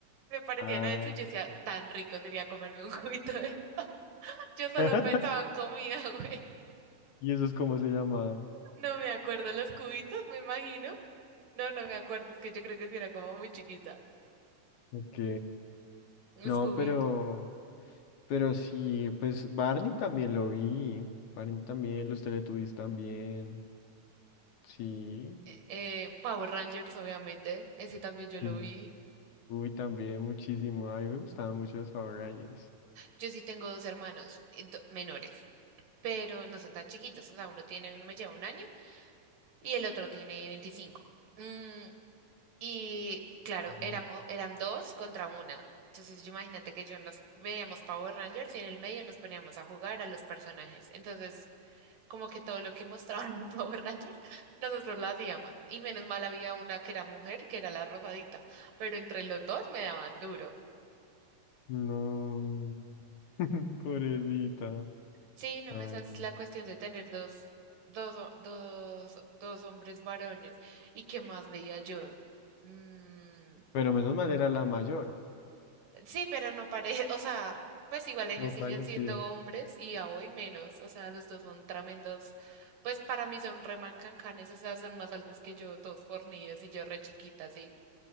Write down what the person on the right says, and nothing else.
me parecían
a eso y yo decía,
tan rico sería comerme un <laughs> cubito de eso. <laughs> Yo solo
pensaba en comida, <laughs> güey.
No me acuerdo, los cubitos, me imagino. No, no me acuerdo, es que yo creo que sí era como muy chiquita.
Los
cubitos.
Eh, eh, Power Rangers, obviamente, ese también yo
lo vi.
Yo sí tengo dos hermanos eh, do- menores, pero no son tan chiquitos, o sea, uno tiene, uno me lleva un año y el otro tiene veinticinco Mm, y claro,
éramos, eran dos contra una. Entonces, yo imagínate que yo los veíamos Power Rangers y en el medio nos poníamos a jugar a los personajes. Entonces, como que todo lo que mostraban <laughs> en Power Rangers, nosotros lo hacíamos. Y menos mal había una que era mujer, que era la rosadita, pero entre los dos me daban duro.
Sí, no,
esa es
la cuestión de tener dos, dos, ho- dos, dos hombres varones. ¿Y qué más veía yo? Mm,
sí, pero no parece, <laughs> o sea, pues igual ellos
siguen
siendo hombres y a hoy menos, o sea, los dos son tremendos. Pues para mí son remancancanes, o sea, son más altos que yo, todos fornidos y yo re chiquita, así.